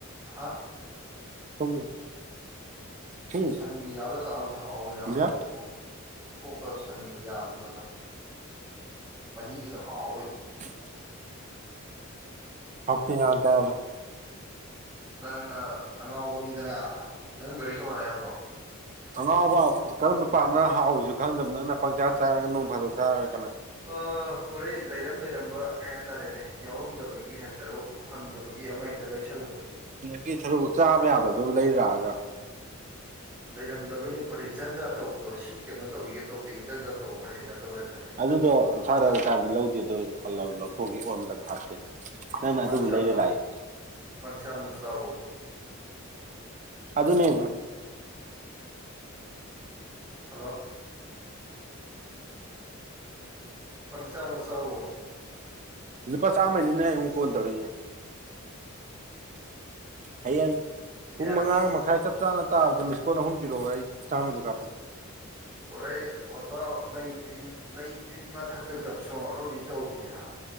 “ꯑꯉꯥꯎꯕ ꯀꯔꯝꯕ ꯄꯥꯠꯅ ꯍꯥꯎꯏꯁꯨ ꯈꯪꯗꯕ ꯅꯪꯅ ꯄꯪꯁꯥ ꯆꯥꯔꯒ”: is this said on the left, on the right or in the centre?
Right